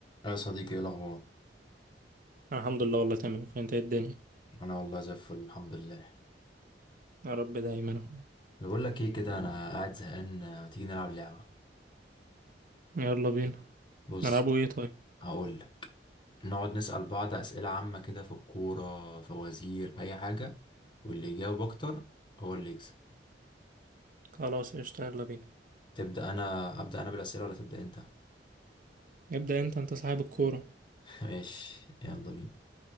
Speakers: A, on the left; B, on the right.
A: يا صديقي ايه الاخبار
B: الحمد لله والله تمام اخويا انت إيه الدنيا
A: انا والله زي الفل الحمد لله
B: يا رب دايما اخويا
A: اللي بقول لك ايه كده انا قاعد زهقان ما تيجي نلعب لعبه
B: يلا بينا
A: بص
B: نلعبوا ايه طيب
A: هقول لك نقعد نسال بعض اسئله عامه كده في الكوره فوازير اي حاجه واللي يجاوب اكتر هو اللي يكسب
B: خلاص قشطة يلا بينا
A: تبدا انا ابدا انا بالاسئله ولا تبدا انت
B: ابدأ انت انت صاحب الكورة
A: <laughs> ماشي يلا بينا